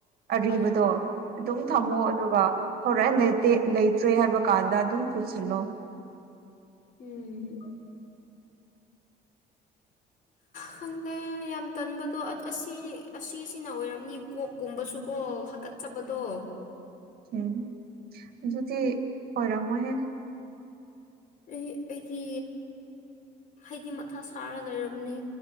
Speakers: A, on the right; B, on the left.
A: ꯑꯔꯤꯕꯗꯣ
B: ꯎꯝ
A: ꯑꯗꯨꯝ
B: ꯎꯝ
A: ꯊꯝꯃꯣ ꯑꯗꯨꯒ ꯍꯔꯦꯟ ꯂꯩꯇꯦ ꯂꯩꯇ꯭ꯔꯦ ꯍꯥꯏꯕ ꯀꯥꯟꯗ ꯑꯗꯨꯝ ꯄꯨꯁꯤꯜꯂꯣ
B: ꯎꯝ ꯈꯪꯗꯦ ꯌꯥꯝ ꯇꯟꯕꯗꯣ ꯑꯁꯤꯅꯤ ꯑꯁꯤꯁꯤꯅ ꯑꯣꯏꯔꯝꯅꯤ ꯀꯣꯛꯀꯨꯝꯕꯁꯨꯀꯣ ꯍꯥꯀꯠ ꯆꯕꯗꯣ
A: ꯎꯝ ꯑꯗꯨꯗꯤ ꯑꯣꯏꯔꯝꯃꯣꯏꯍꯦ
B: ꯑꯩ ꯑꯩꯗꯤ ꯍꯥꯏꯗꯤ ꯃꯊꯥ ꯁꯥꯔ ꯂꯩꯔꯕꯅꯤ